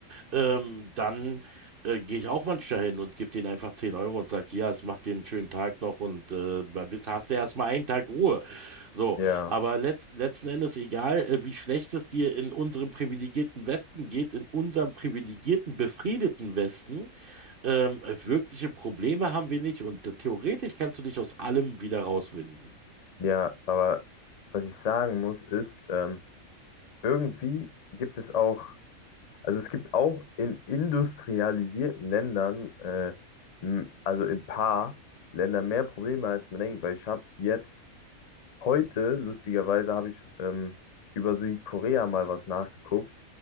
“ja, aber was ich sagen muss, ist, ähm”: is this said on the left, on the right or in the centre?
Left